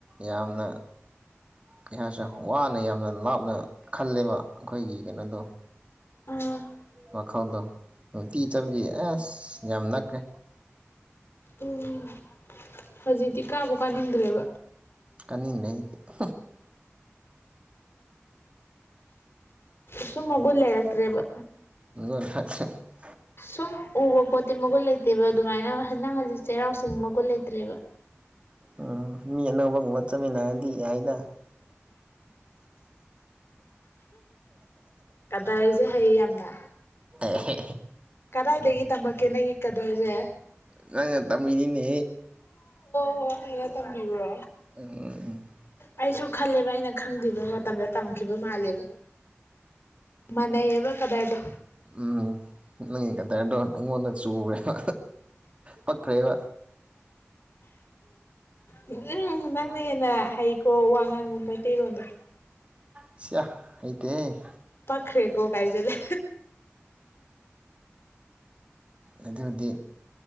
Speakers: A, on the right; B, on the left.
A: ꯌꯥꯝꯅ ꯀꯩ ꯍꯥꯏꯔꯁꯦ ꯋꯥꯅ ꯌꯥꯝꯅ ꯂꯥꯞꯅ ꯈꯜꯂꯦꯕ ꯑꯩꯈꯣꯏꯒꯤ ꯀꯩꯅꯣꯗꯣ
B: ꯎꯝ
A: ꯋꯥꯈꯧꯗꯣ ꯅꯨꯡꯇꯤ ꯆꯕꯒꯤ ꯑꯁ ꯌꯥꯝ ꯅꯛꯈ꯭ꯔꯦ
B: ꯎꯝ ꯍꯧꯖꯤꯛꯇꯤ ꯀꯥꯕꯨ ꯀꯥꯅꯤꯡꯗ꯭ꯔꯦꯕ
A: ꯀꯥꯅꯤꯡ ꯂꯩꯩꯗꯤ <inaudible>
B: ꯁꯨꯝꯃꯒꯨꯜ ꯂꯩꯔꯛꯇ꯭ꯔꯦꯕ
A: ꯑꯗꯨ ꯍꯥꯏ <unintelligible>
B: ꯁꯨꯝ ꯎꯕ ꯄꯣꯠꯇꯤ ꯃꯒꯨꯟ ꯂꯩꯇꯦꯕ ꯑꯗꯨꯃꯥꯏꯅ ꯅꯪ ꯍꯧꯖꯤꯛ ꯆꯩꯔꯥꯎꯁꯤꯡꯤꯡ ꯃꯒꯨꯟ ꯂꯩꯇ꯭ꯔꯦꯕ
A: ꯎꯝ ꯃꯤ ꯑꯅꯧꯕꯒꯨꯝꯕ ꯆꯠꯃꯤꯟꯅꯔꯗꯤ ꯌꯥꯏꯅ
B: ꯀꯗꯔꯁꯦ ꯍꯩ ꯌꯥꯝꯅ
A: ꯑꯦ
B: ꯀꯗꯥꯏꯗꯗꯒꯤ ꯇꯃꯛꯀꯦ ꯅꯪꯏ ꯀꯗꯔꯁꯦ
A: ꯉꯪ ꯇꯝꯅꯤꯅꯦ
B: ꯑꯣ ꯑꯩꯅ ꯇꯝꯕꯤꯕ꯭ꯔꯣ
A: ꯎꯝ
B: ꯑꯩꯁꯨ ꯈꯜꯂꯦꯕ ꯑꯩꯅ ꯈꯪꯗ꯭ꯕ ꯃꯇꯝꯗ ꯇꯝꯈꯤꯕ ꯃꯥꯜꯂꯦꯕ ꯃꯅꯩꯑꯕ ꯀꯗꯔꯗꯣ
A: ꯎꯝ ꯅꯪꯒꯤ ꯀꯗꯗ꯭ꯔꯣ ꯑꯩꯉꯣꯟꯗ ꯆꯨꯔꯦꯕ ꯄꯛꯈ꯭ꯔꯦꯕ
B: ꯎꯝ ꯅꯪꯅ ꯍꯦꯟꯅ ꯍꯩꯀꯣ ꯋꯥ ꯉꯥꯡꯕ ꯃꯩꯇꯩꯔꯣꯟꯗꯣ
A: ꯁꯤꯌꯥ ꯍꯩꯇꯦ
B: ꯄꯥꯛꯈ꯭ꯔꯦꯀꯣ ꯍꯥꯏꯖꯂꯦ
A: ꯑꯗꯨꯕꯨꯗꯤ